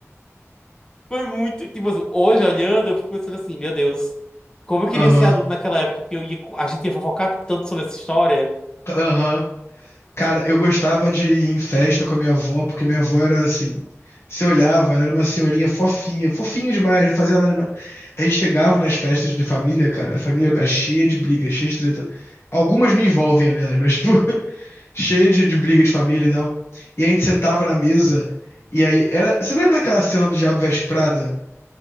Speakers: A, on the left; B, on the left.
A: Foi muito. Tipo, assim, hoje olhando, eu fico pensando assim, meu Deus, como eu queria
B: Aham.
A: ser adulto naquela época que eu ia, a gente ia fofocar tanto sobre essa história.
B: Aham. Cara, eu gostava de ir em festa com a minha avó, porque minha avó era assim. Você olhava, ela era uma senhorinha fofinha, fofinha demais, não fazia nada demais. A gente chegava nas festas de família, cara, a família é cheia de briga, cheia de treta. Algumas me envolvem, né? Mas, tipo, <laughs> cheia de, de briga de família e tal. E a gente sentava na mesa, e aí era. Você lembra daquela cena do Diabo Veste Prada?